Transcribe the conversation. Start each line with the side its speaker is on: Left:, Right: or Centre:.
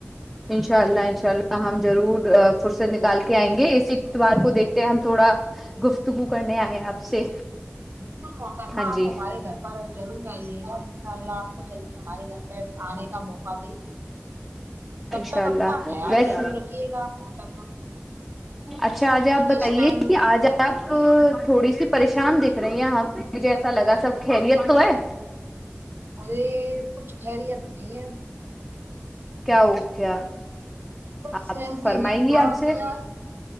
Centre: انشاء اللہ اناءلہ ہم ضرور فھر سے نکال کے آئیں گے اسی اتوار
Right: بالکل
Centre: کو دیکھتے ہیں ہم تھوڑا گفتگو کرنے آئے آپ سے
Right: بالکل معحتمہ
Centre: ہاں
Right: آپ
Centre: جی
Right: ہمارے گھر پر ضرور آئیے گا انشاء اللہ آپ کو جلدی ہمارے گھر پہ آنے کا موقع دے تب
Centre: انشاء
Right: تک
Centre: اللہ
Right: اپنا خیال
Centre: ویسے
Right: ضرور رکھیے گا آپ محترمہ
Centre: اچھا آج آپ
Right: کیونکہ
Centre: بتائیے
Right: اس ٹائم
Centre: کہ آج آپ تھوڑی سی پریشان دکھ رہی ہیںاں مجھے ایسا لگا سب خیریت تو ہے
Right: ارے کچھ خیریت نہیں ہے
Centre: کیا ہو کیا
Right: بس
Centre: آپ
Right: ایسے
Centre: فرمائیں
Right: ہی تھوڑا
Centre: گی آپ سے
Right: ملا